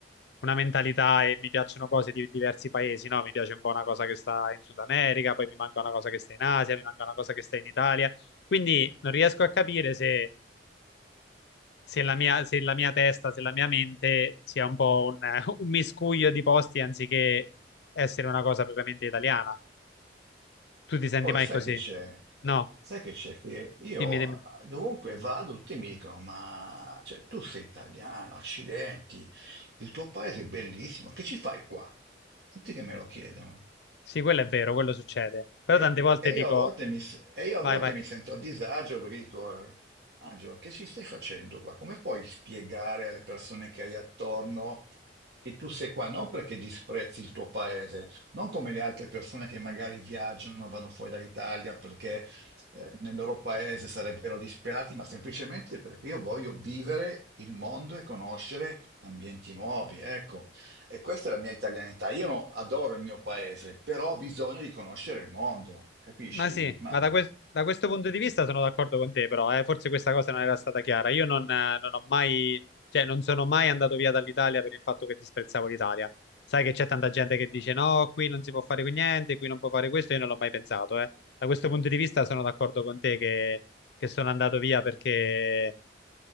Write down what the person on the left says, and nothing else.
una mentalità e mi piacciono cose di diversi paesi, no? Mi piace un po' una cosa che sta in Sud America, poi mi manca una cosa che sta in Asia, mi manca una cosa che sta in Italia. Quindi non riesco a capire se, se la mia, se la mia testa, se la mia mente sia un po' un, <laughs> un miscuglio di posti anziché essere una cosa propriamente italiana. Tu ti senti
mai
così?
No,
dimmi, dimmi.
Sì, quello è vero, quello succede. Però
tante volte
dico,
vai,
vai.
Ma sì,
ma da, que- da questo punto di vista sono d'accordo con te, però eh, forse questa cosa non era stata chiara. Io non, eh, non ho mai, cioè non sono mai andato via dall'Italia per il fatto che disprezzavo l'Italia. Sai che c'è tanta gente che dice no, qui non si può fare qui niente, qui non può fare questo, io non l'ho mai pensato, eh. Da questo punto di vista sono d'accordo con te che, che sono andato via perché,